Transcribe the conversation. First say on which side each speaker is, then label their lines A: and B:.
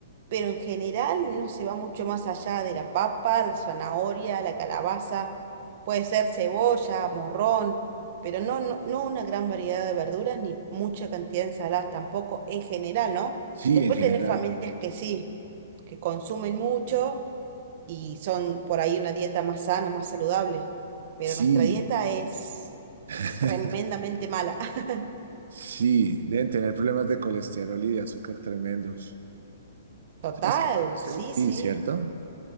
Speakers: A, on the right; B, on the right.
A: pero en general no se va mucho más allá de la papa, la zanahoria, la calabaza, puede ser cebolla, morrón, pero no, no, no una gran variedad de verduras ni mucha cantidad de ensaladas tampoco, en general, ¿no?
B: sí,
A: Después
B: en general.
A: tenés familias que sí, que consumen mucho y son por ahí una dieta más sana, más saludable, pero
B: Sí,
A: nuestra dieta es
B: <laughs>
A: tremendamente mala. <laughs>
B: sí, deben tener problemas de colesterol y de azúcar tremendos.
A: Total,
B: ¿Sabes que no lo sé?
A: sí,
B: Sí,
A: sí,
B: ¿cierto?